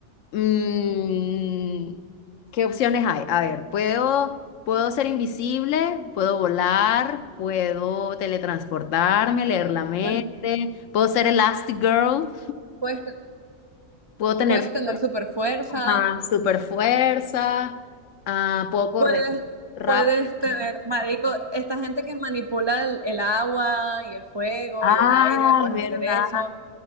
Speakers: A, on the left; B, on the right.
A: Mm, ¿qué opciones hay? A ver, puedo, puedo ser invisible, puedo volar, puedo teletransportarme, leer la mente,
B: Pues,
A: puedo ser Elastigirl,
B: puedes,
A: puedo tener
B: puedes
A: super,
B: tener super fuerza,
A: ajá, super fuerza, ah, puedo correr
B: puedes,
A: rápido.
B: puedes tener, marico, esta gente que manipula el, el agua y el fuego
A: Ah,
B: y el aire, puedes
A: es verdad.
B: hacer eso.